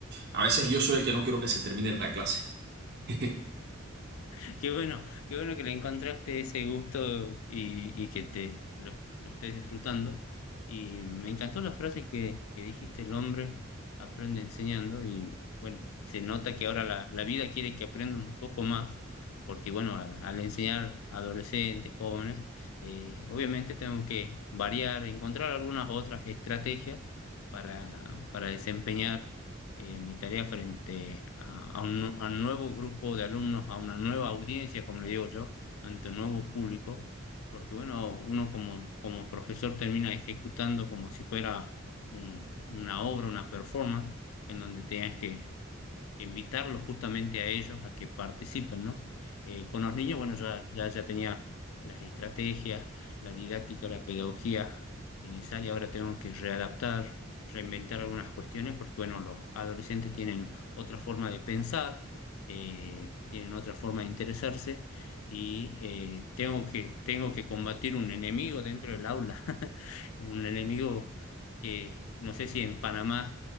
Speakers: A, on the right; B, on the left.
A: A veces yo soy el que no quiero que se termine la clase. <laughs>
B: <laughs> Qué bueno, qué bueno que le encontraste ese gusto y, y que te lo, lo estés disfrutando. Y me encantó la frase que, que dijiste, el hombre aprende enseñando y bueno, se nota que ahora la, la vida quiere que aprenda un poco más, porque bueno, al, al enseñar a adolescentes, jóvenes, eh, obviamente tengo que variar, encontrar algunas otras estrategias para, para desempeñar eh, mi tarea frente a, a un, a un nuevo grupo de alumnos, a una nueva audiencia, como le digo yo, ante un nuevo público, porque bueno, uno como, como profesor termina ejecutando como si fuera un- una obra, una performance, en donde tienes que que invitarlos justamente a ellos a que participen, ¿no? Eh, con los niños, bueno, ya, ya, ya tenía las estrategias, la didáctica, la pedagogía necesaria, ahora tengo que readaptar, reinventar algunas cuestiones, porque bueno, los adolescentes tienen otra forma de pensar, eh, tienen otra forma de interesarse y eh, tengo que, tengo que combatir un enemigo dentro del aula, <laughs> un enemigo que no sé si en Panamá